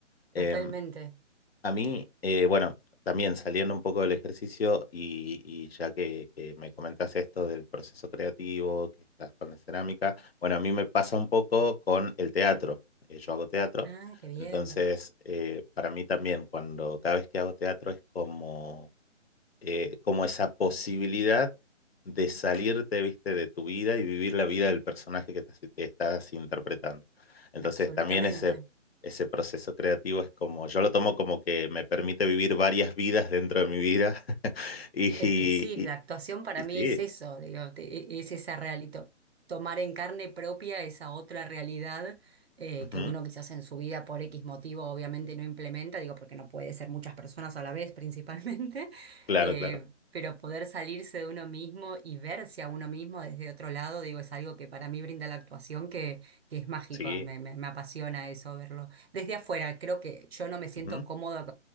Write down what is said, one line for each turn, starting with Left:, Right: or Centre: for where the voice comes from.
Left: Em,
Right: Totalmente.
Left: a mí, eh, bueno, también saliendo un poco del ejercicio y, y ya que, que me comentas esto del proceso creativo, que estás con la cerámica, bueno, a mí me pasa un poco con el teatro. Eh, yo hago teatro.
Right: Ah, qué bien.
Left: Entonces, eh, para mí también, cuando cada vez que hago teatro es como eh, como esa posibilidad de salirte, viste, de tu vida y vivir la vida del personaje que te- estás interpretando. Entonces
Right: Absolutamente.
Left: también ese, ese proceso creativo es como, yo lo tomo como que me permite vivir varias vidas dentro de mi vida <laughs> y,
Right: Es
Left: y-
Right: que sí, la
Left: y-
Right: actuación para
Left: y
Right: mí
Left: sí,
Right: es eso, digo, te- e- es esa realidad, tomar en carne propia esa otra realidad eh,
Left: ujú,
Right: que uno quizás en su vida por X motivo obviamente no implementa, digo, porque no puede ser muchas personas a la vez principalmente, <laughs>
Left: claro,
Right: eh,
Left: claro,
Right: pero poder salirse de uno mismo y verse a uno mismo desde otro lado, digo, es algo que para mí brinda la actuación que, que es mágico,
Left: sí,
Right: me, me me apasiona eso verlo. Desde afuera, creo que yo no me siento
Left: ujú,
Right: cómoda